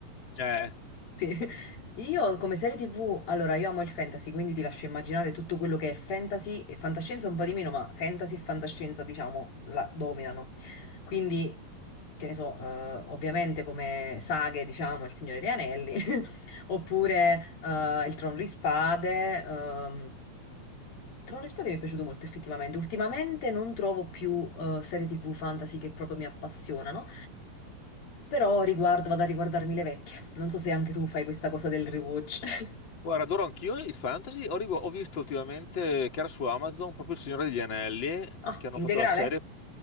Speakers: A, on the left; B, on the left.
A: Eh.
B: Sì. Io come serie TV, allora io amo il fantasy, quindi ti lascio immaginare tutto quello che è fantasy e fantascienza un po' di meno, ma fantasy e fantascienza, diciamo, la dominano. Quindi, che ne so, eh, ovviamente come saghe, diciamo, Il Signore degli Anelli, <laughs> oppure eh, Il Trono di Spade, ehm, Trono di Spade mi è piaciuto molto effettivamente. Ultimamente non trovo più eh, serie TV fantasy che proprio mi appassionano, però riguardo, vado a riguardarmi le vecchie. Non so se anche tu fai questa cosa del rewatch. <laughs>
A: Guarda, adoro anch'io il fantasy. Ho, rigu- ho visto ultimamente che era su Amazon proprio Il Signore degli Anelli,
B: Ah,
A: che hanno
B: integrale?
A: fatto la serie.